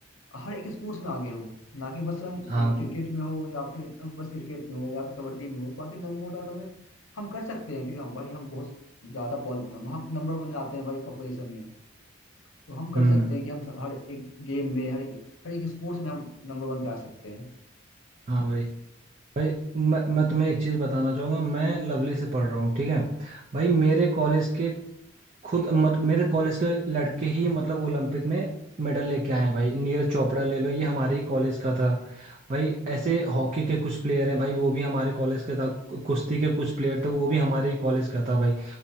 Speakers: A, on the left; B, on the right.
A: हर एक स्पोर्ट्स में आगे हो ना कि बस हम
B: हाँ
A: क्रिकेट
B: भाई
A: में हो या फिर बस क्रिकेट में हो या फिर कबड्डी में हो बाकी नो नो डाउट हमें हम कर सकते हैं क्योंकि हम भाई हम बहुत ज्यादा पॉल हम नंबर वन आते हैं भाई पॉपुलेशन में तो हम कर
B: हम्म
A: सकते हैं कि हम हर एक गेम में हर एक हर एक स्पोर्ट्स में हम नंबर वन पे आ सकते हैं
B: हाँ भाई भाई मैं मैं तुम्हें एक चीज़ बताना चाहूँगा मैं लवली से पढ़ रहा हूँ ठीक है भाई मेरे कॉलेज के खुद मत, मेरे कॉलेज के लड़के ही मतलब ओलंपिक में मेडल लेके आए हैं भाई नीरज चोपड़ा ले लो ये हमारे ही कॉलेज का था भाई ऐसे हॉकी के कुछ प्लेयर हैं भाई वो भी हमारे कॉलेज का था कु- कुश्ती के कुछ प्लेयर थे वो भी हमारे ही कॉलेज का था भाई